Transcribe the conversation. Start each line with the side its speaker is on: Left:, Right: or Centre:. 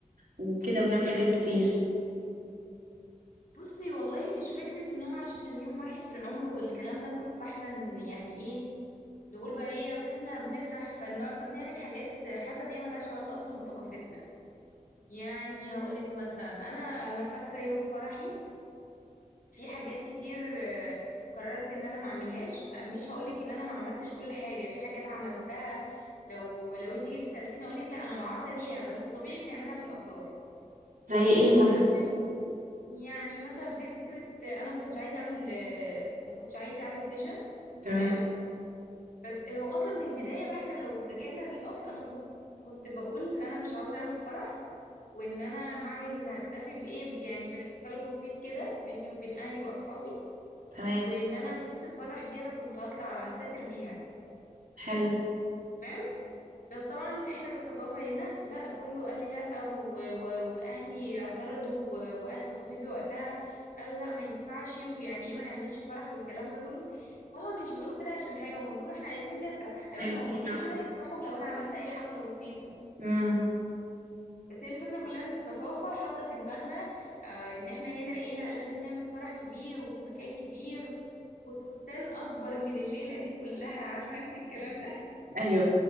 Right: وكده ونعمل حاجات كتير
Left: بصي والله مش فكرة ان هو عشان يوم واحد في العمر والكلام ده كله فاحنا ن- يعني ايه نقول بقى ايه اصل احنا بنفرح فنقعد نعمل حاجات حاسة ان هي ملهاش علاقة اصلا بثقافتنا يعني هقولك مثلا انا انا فاكرة يوم فرحي في حاجات كتير آه، قررت ان انا ما اعملهاش مش هقولك ان انا ما عملتش كل حاجة في حاجات عملتها لو لو انت جيت سألتيني اقولك لا انا معارضة ليها بس طبيعي بنعملها في الافراح
Right: زي ايه مثلا
Left: بس يعني مثلا فكرة أنا ما كنتش عايزة أعمل ما كنتش عايزة أعمل سيشن
Right: تمام
Left: تمام بس هو أصلا من البداية بقى إحنا لو رجعنا للأصل أنا كنت كنت بقول إن أنا مش عاوزة أعمل فرح وإن أنا هعمل هكتفي بإيه ب- يعني باحتفال بسيط كده بيني وبين أهلي وأصحابي
Right: تمام
Left: وإن أنا فلوس الفرح دي أنا كنت هطلع هسافر بيها
Right: حلو
Left: تمام بس طبعا احنا كثقافة هنا لا كله قال لي لا و... و... واهلي اعترضوا و... واهل خطيبي وقتها قالوا لا ما ينفعش ويعني ايه ما نعملش فرح والكلام ده كله هما مش بيقولوا كده عشان حاجة هما بيقولوا احنا عايزين نفرح تمام
Right: عايزين
Left: هما
Right: يفرحوا
Left: كده كده هيفرحوا لو انا عملت اي حفلة بسيطة
Right: امم
Left: بس هي الفكرة كلها ان الثقافة حاطة في دماغنا آه ان احنا هنا ايه لا لازم نعمل فرح كبير وفي مكان كبير وفستان اكبر من الليلة دي كلها عارفة انت الكلام ده
Right: ايوه